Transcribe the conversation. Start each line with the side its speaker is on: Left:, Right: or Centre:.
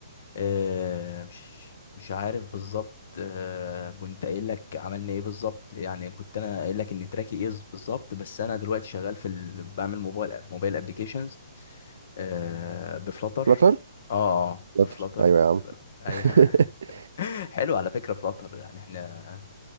Left: آه، مش مش عارف بالظبط آه، كنت قايل لك عملنا ايه بالظبط يعني كنت انا قايل لك ان تراكي ايه بالظبط بس انا دلوقتي شغال في ال... بعمل موبايل موبايل ابلكيشنز آه بفلاتر
Right: فلتر
Left: اه اه
Right: فلتر
Left: بفلاتر
Right: ايوه يا عم
Left: ف... ايوه
Right: <laughs>
Left: <laughs> حلو على فكره فلاتر يعني احنا